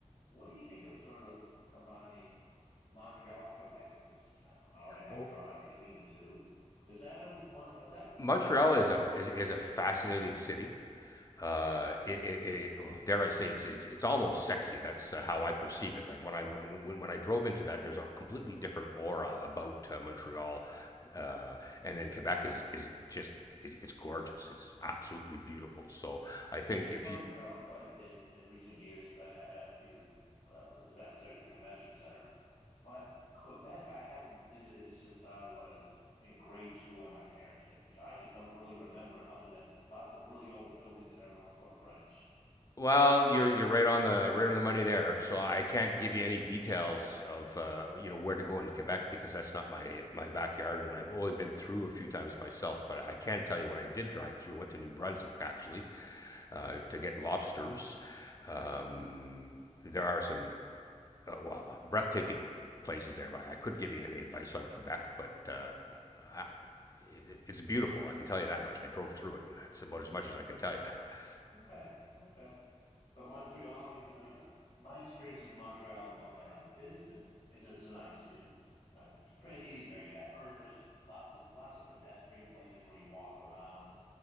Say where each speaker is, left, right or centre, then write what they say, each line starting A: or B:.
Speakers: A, on the left; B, on the left.
A: what do you think of sort of combining Montreal and Quebec since it's I hour and a half
B: Oh,
A: drive between the two. Is that a one? Is that a good
B: Montreal
A: trip?
B: is a is, is a fascinating city. Uh, it, it, it well, dare I say it's it's, it's almost sexy. That's uh, how I perceive it. Like when I'm when, when I drove into that, there's a completely different aura about uh, Montreal, uh, and then Quebec is is just it, it's gorgeous. It's absolutely beautiful. So I think
A: I've been to
B: if
A: Montreal
B: you
A: quite a bit in recent years because I, I had a few uh, events there at the convention center. But Quebec, I haven't visited since I was in grade school and my parents took me. So I just don't really remember it other than lots of really old buildings and everyone spoke French.
B: Well, you're you're right on the right on the money there. So I can't give you any details of uh, you know where to go in Quebec because that's not my my backyard, and I've only
A: Okay.
B: been through a few times myself. But I can tell you when I did drive through, went to New Brunswick actually uh, to get lobsters.
A: Mm,
B: Um, there are some well breathtaking places there, but I couldn't give you any advice on Quebec. But uh, I- it's beautiful. I can tell you that much. I drove through it. and That's about as much as I can tell you. <laughs>
A: okay. Okay. But Montreal, you, I mean, uh, my experiences in Montreal going there on business is it's a nice city, right? It's pretty, very diverse, lots of lots of pedestrian places where you walk around. Like